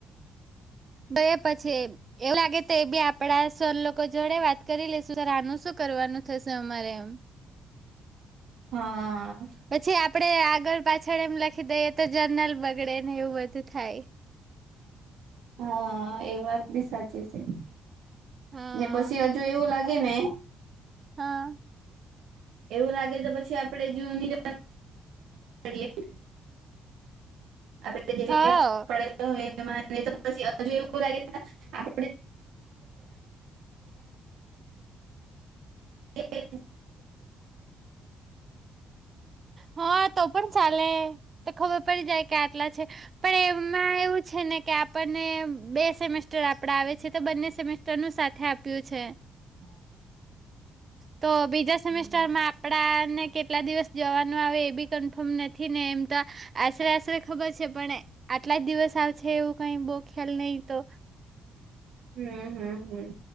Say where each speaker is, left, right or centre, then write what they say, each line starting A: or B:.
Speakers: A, on the right (about 35°); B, on the right (about 85°).
A: તો એ પછી. એવુ લાગે તે એ બી આપડા સર લોકો જોડે વાત કરી લેશુ સર આનુ શું કરવાનું થશે અમારે એમ.
B: હા.
A: પછી આપડે આગળ પાછળ એમ લખી દઈએ તો જનરલ બગડે ને એવું બધું થાય.
B: હા, એ વાત બી સાચી છે.
A: હા
B: ને પછી હજુ એવું લાગ રેને
A: હા
B: એવું લાગે તો પછી આપડે જૂની જોઈએ <inaudible> આપડે જે
A: હા
B: પડલા હોય એને પછી હજુ એવું લાગે <inaudible> આપ એ <unintelligible> <unintelligible>
A: હ તો પણ ચાલે ત ખબર પડી જાય કે આટલા છે પણ એમા એવુ છે ને કે આપણને બે સેમેસ્ટર આપડા આવે છે તો બંને સેમેસ્ટરનુ સાથે આપ્યુ છે.
B: હ
A: તો બીજા સેમેસ્ટરમા આપડાને કેટલા દિવસ જવાનુ આવે એ બી કન્ફમ નથી ને એમતા આસરે આસરે ખબર છે પણ આટલા જ દિવસ આવછે એવુ કઈ બઉ ખ્યાલ નહી તો.
B: હમ હમ હમ